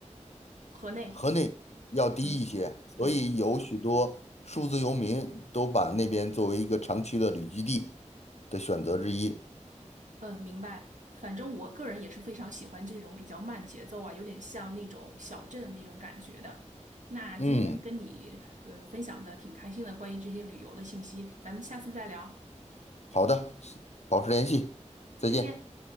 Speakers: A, on the right (about 85°); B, on the left (about 65°).
A: 河内，
B: 河内要低一些，
A: 嗯，
B: 所以有许多数字游民都把那边作为一个长期的旅居地
A: 对，
B: 的选择之一。
A: 嗯，明白。反正我个人也是非常喜欢这种比较慢节奏啊，有点像那种小镇的那种感觉的。那今天跟你呃分享的挺开心的，
B: 嗯，
A: 关于这些旅游的信息，咱们下次再聊，
B: 好的，保持联系，再见。
A: 再见。